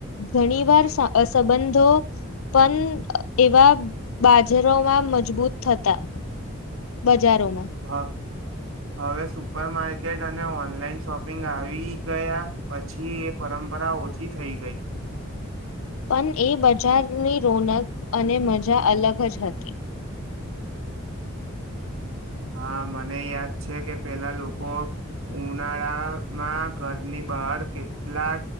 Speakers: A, on the left; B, on the right.
A: ઘણી વાર સંબંધો પણ એવા બાજરોમાં મજબૂત થતા બજારોમાં
B: હા હવે સુપરમાર્કેટ અને ઓનલાઈન શોપિંગ આવી ગયા પછી એ પરંપરા ઓછી થઈ ગઈ
A: પણ એ બજારની રોનક અને મજા અલગ જ હતી
B: હા મને યાદ છે કે પેલા લોકો ઉનાળામાં ઘરની બહાર કેટલા